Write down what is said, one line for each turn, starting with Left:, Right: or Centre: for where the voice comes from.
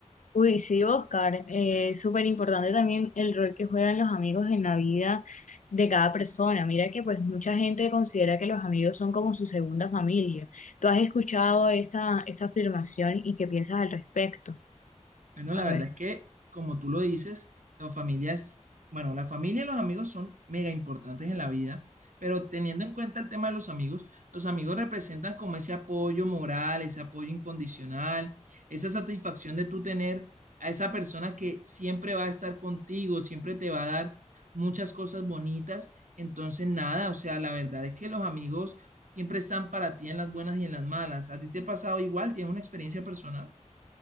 Left: Uy, sí, Oscar, eh, es súper importante también el rol que juegan los amigos en la vida de cada persona. Mira que pues mucha gente considera que los amigos son como su segunda familia. ¿Tú has escuchado esa, esa afirmación y qué piensas al respecto?
Right: Bueno, la
Left: A
Right: verdad
Left: ver.
Right: es que, como tú lo dices, las familias, bueno, la familia y los amigos son mega importantes en la vida, pero teniendo en cuenta el tema de los amigos, los amigos representan como ese apoyo moral, ese apoyo incondicional, esa satisfacción de tú tener a esa persona que siempre va a estar contigo, siempre te va a dar muchas cosas bonitas. Entonces, nada, o sea, la verdad es que los amigos siempre están para ti en las buenas y en las malas. ¿A ti te ha pasado igual? ¿Tienes una experiencia personal?